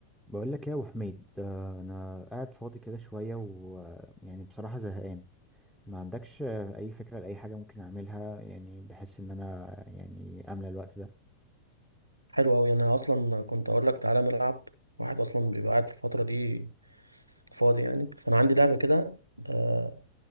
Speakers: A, in the centre; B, on the right.
A: بقول لك إيه يا ابو حميد آه، انا قاعد فاضي كده شويه ويعني بصراحه زهقان ما عندكش آه، اي فكره لاي حاجه ممكن اعملها يعني بحس ان انا يعني املى الوقت ده
B: حلو أوي أنا أصلا كنت أقول لك تعالى نلعب واحد أصلا بيبقى قاعد في الفترة دي فاضي يعني فأنا عندي لعبة كده آه